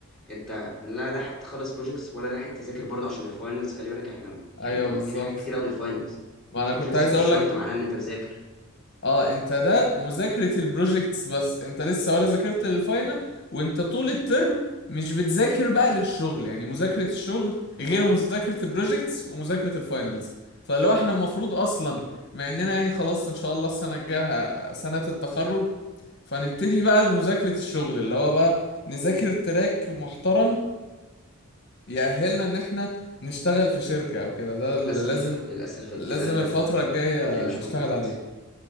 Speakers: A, in the centre; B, on the left (about 50°).
A: انت لا لاحق تخلص بروجكتس ولا لاحق تذاكر برضه عشان الفاينلز خلي بالك احنا
B: ايوه
A: يعني مراكمين
B: بالظبط
A: حاجات كتير قوي للفاينلز
B: ما
A: البروجكتس
B: انا كنت عايز
A: مش
B: اقول
A: شرط
B: لك
A: معناه ان انت مذاكر
B: اه انت ده مذاكرة البروجكتس بس انت لسه ولا ذاكرت الفاينل وانت طول الترم مش بتذاكر بقى للشغل يعني مذاكرة الشغل غير مذاكرة البروجكتس ومذاكرة الفاينلز فلو احنا المفروض اصلا مع اننا يعني خلاص ان شاء الله السنة الجاية سنة التخرج فنبتدي بقى لمذاكرة الشغل اللي هو بقى نذاكر تراك محترم يأهلنا ان احنا نشتغل في شركة او كده ده
A: للاسف
B: اللي لازم
A: للاسف الكلام
B: لازم الفترة
A: ده في
B: الجاية
A: في الكليه مش
B: نشتغل
A: موجود
B: عليه